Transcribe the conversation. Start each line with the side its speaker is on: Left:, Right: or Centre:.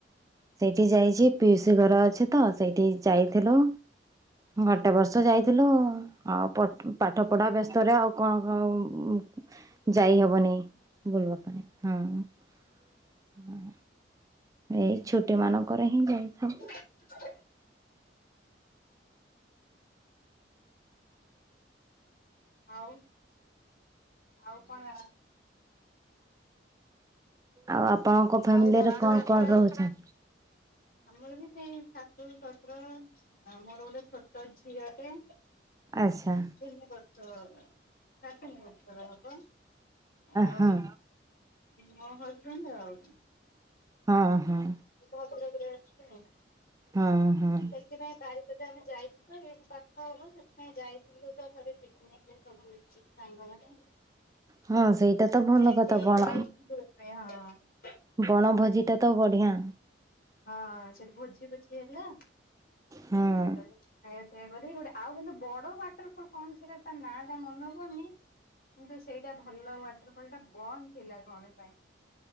Right: ସେଇଠି ଯାଇଚି ପିଉସୀ ଘର ଅଛି ତ ସେଇଠି ଯାଇଥିଲୁ ଗୋଟେ ବର୍ଷ ଯାଇଥିଲୁ ଆଉ ପ- ପାଠ ପଢା ବ୍ୟସ୍ତରେ ଆଉ କଣ କଣ ଯାଇ ହବନି ବୁଲିବା ପାଇଁ ହଁ। ଏଇ ଛୁଟି ମାନଙ୍କରେ ହିଁ ଯାଇଥାଉ।
Left: <inaudible> ଆଉ ଆଉ କଣ
Right: ଆଉ ଆପଣଙ୍କ ଫ୍ୟାମିଲିରେ
Left: ଆଉ ରଥଯାତ୍ରା
Right: କଣ କଣ ରହୁଚନ୍ତି?
Left: ଆମର ବି ସେଇ ଶାଶୁ, ଶଶୁର ମୋର ଗୋଟେ ଛୋଟ ଝିଅଟେ
Right: ଆଚ୍ଛା
Left: ତିନି ବର୍ଷ <unintelligible> ହବ ଆଉ
Right: ହଁ
Left: ମୋ ହଜବେଣ୍ଟ୍ ଆଉ
Right: ହଁ
Left: <unintelligible>
Right: ହଁ। ହଁ- ହଁ।
Left: ସେଥିପାଇଁ ବାଇକ୍ ରେ ଆମେ ଯାଇଥିଲୁ ଏଇଠି ପାଖ ହବ ସେଥିପାଇଁ ଯାଇଥିଲୁ ତ ଥରେ <unintelligible> ସାଙ୍ଗ ମାନେ
Right: ହଁ ସେଇଟା ତ ଭଲ
Left: ଏବେ
Right: କଥା ବଣ
Left: ଯାଇଥିଲୁ ଏବେ ହଁ।
Right: ବଣଭୋଜି ଭୋଜି ଟା ତ ବଢିଆ।
Left: ହଁ ସେଠି ଭୋଜି ଭୋଜି ହେଲା
Right: ହଁ
Left: ସେଇଠ ଖାଇବା ପିଇବା କରିକି ଗୋଟେ ଆଉ କିନ୍ତୁ ବଡ ୱାଟର୍ ଫଲ୍ କଣ୍ ସେଟା ତା ନାଁ ଟା ମନ ପଡୁନି କିନ୍ତୁ ସେଇଟା ଭଲ ୱାଟର୍ ଫଲ୍ ଟା ବନ୍ଦ୍ ଥିଲା କଣ ପାଇଁ।